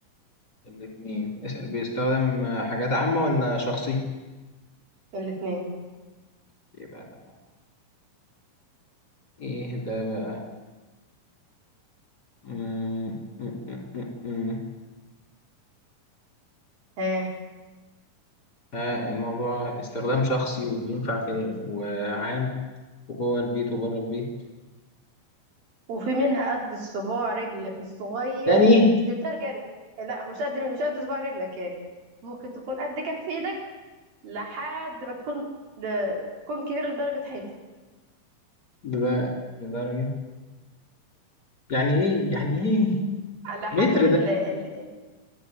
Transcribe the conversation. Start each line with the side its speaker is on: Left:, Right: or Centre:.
Left: الاتنين اس- بيستخدم آه، حاجات عامة ولا شخصي
Right: الاتنين
Left: إيه بقى ده بقى إيه ده بقى مم. مم. مم. مم.
Right: ها
Left: آه الموضوع استخدام شخصي وبينفع في وعام وجوه البيت وبره البيت
Right: وفي منها قد الصباع رجلك الصغير
Left: تاني
Right: بس ده جانب لا مش قد مش قد صباع رجلك يعني ممكن تكون قد كف ايدك لحد ما تكون ل- تكون كبيرة لدرجة حيطة
Left: ده لدرجة يعني ايه يعني ايه
Right: على حسب
Left: متر
Right: ال...
Left: ده
Right: ال...